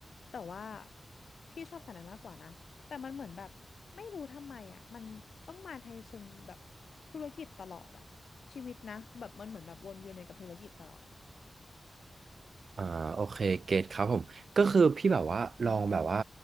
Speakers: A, on the left; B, on the right.
A: แต่ว่าพี่ชอบสายนั้นมากกว่านะแต่มันเหมือนแบบไม่รู้ทำไมอ่ะมันต้องมาในเชิงแบบธุรกิจตลอดอ่ะชีวิตนะแบบมันเหมือนแบบวนเวียนอยู่กับธุรกิจตลอดอ่ะ
B: อ่าโอเคเกตครับผมก็คือพี่แบบว่าลองแบบว่า